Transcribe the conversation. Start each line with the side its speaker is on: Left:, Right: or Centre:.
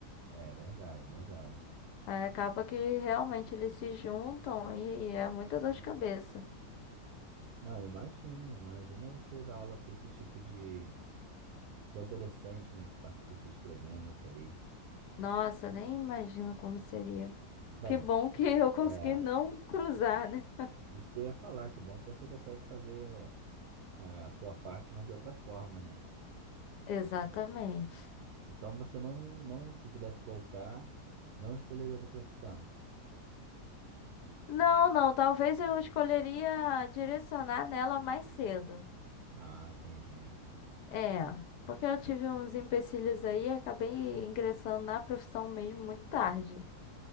Right: É verdade, verdade.
Left: Aí acaba que realmente eles se juntam e, e é muita dor de cabeça.
Right: Não, eu imagino, imagina você dar aula para esse tipo de, de adolescente, né, que passa por esses problemas aí.
Left: Nossa, nem imagino como seria.
Right: Bem,
Left: Que bom que <laughs> eu consegui
Right: é,
Left: não cruzar, né?
Right: isso que eu ia falar, que bom que você consegue fazer a sua parte, mas de outra forma, né?
Left: Exatamente.
Right: Então você não, não, se pudesse voltar, não escolheria outra profissão.
Left: Não, não, talvez eu escolheria direcionar nela mais cedo.
Right: Ah, entendi.
Left: É, porque eu tive uns empecilhos aí e acabei ingressando na profissão mesmo muito tarde.